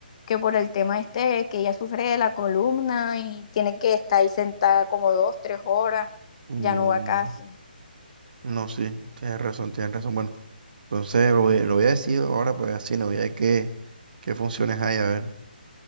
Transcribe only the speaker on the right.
Mm,
no, sí, tienes razón, tienes razón. Bueno, entonces lo, voy- lo voy a decir ahora, pues al cine, voy a ver qué, qué funciones hay, a ver.